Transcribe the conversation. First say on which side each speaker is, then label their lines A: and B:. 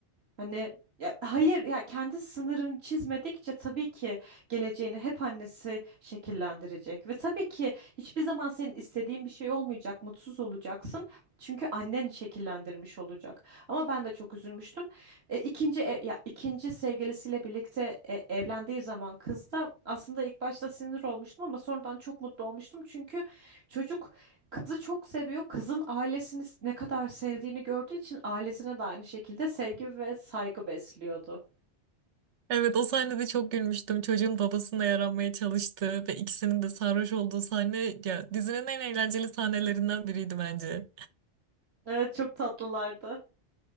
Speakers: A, on the right; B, on the right.
A: Hani ya, hayır ya kendi sınırını çizmedikçe tabii ki geleceğini hep annesi şekillendirecek ve tabii ki hiçbir zaman senin istediğin bir şey olmayacak, mutsuz olacaksın. Çünkü annen şekillendirmiş olacak. Ama ben de çok üzülmüştüm. E, ikinci e- ya ikinci sevgilisiyle birlikte e, evlendiği zaman kız da aslında ilk başta sinir olmuştum ama sonradan çok mutlu olmuştum. Çünkü çocuk Kızı çok seviyor. Kızın ailesini ne kadar sevdiğini gördüğü için ailesine de aynı şekilde sevgi ve saygı besliyordu.
B: Evet o sahnede çok gülmüştüm. Çocuğun babasına yaranmaya çalıştığı ve ikisinin de sarhoş olduğu sahne ya dizinin en eğlenceli sahnelerinden biriydi bence.
A: Evet çok tatlılardı.